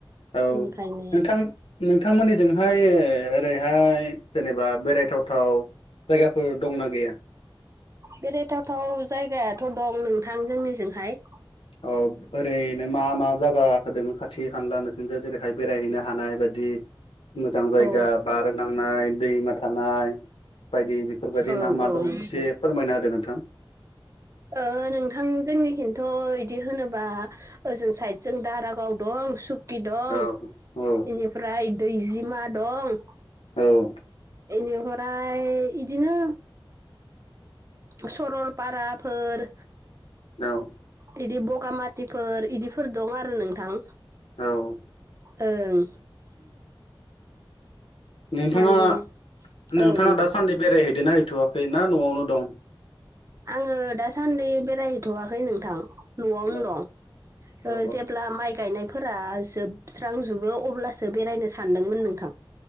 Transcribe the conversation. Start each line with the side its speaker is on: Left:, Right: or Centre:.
Left: औ
Right: ओखायनो
Left: नोंथां नोंथांमोननिजोंहाय ओरैहाय जेनेबा बेरायथावथाव जायगाफोर दंना गैया
Right: बेरायथावथाव जायगायाथ' दं नोंथां जोंनिजोंहाय
Left: अ ओरैनो मा मा जायागा होदों खा खाथि हानला नोंसनजाय जेरैहाय बेरायहैनो हानाय बायदि मोजां जायगा
Right: अ
Left: बार नां थांनाय दैमा थानाय बायदि बेफोरबायदि
Right: औ
Left: मा मा
Right: औ
Left: दं
Right: नोंथां
Left: एसे फोरमायना होदो नोंथां
Right: ओ नोंथां जोंनि खिन्थ' बिदि होनोबा ओजों साइदजों दारागाव दं सु कि दं
Left: औ औ
Right: बेनिफ्राय दैजिमा दं
Left: औ
Right: एनिहराय बिदिनो सरलपाराफोर
Left: औ
Right: बिदि बगामाथिफोर इदिफोर दं आरो नोंथां
Left: औ
Right: ओं
Left: नोंथाङा
Right: माने औ
Left: नोंथाङा
Right: नोंथां
Left: दासान्दि बेरायहैदोनाा हैथ'वाखै ना न'आवनो दं?
Right: आङो दासान्दि बेरायहैथ'वाखै नोंथां। न'आवनो
Left: औ
Right: दं
Left: औ
Right: ओ- जेब्ला माइ गायनायफोरा जोबस्रांजोबो अब्लासो बेरायनो सानदोंमोन नोंथां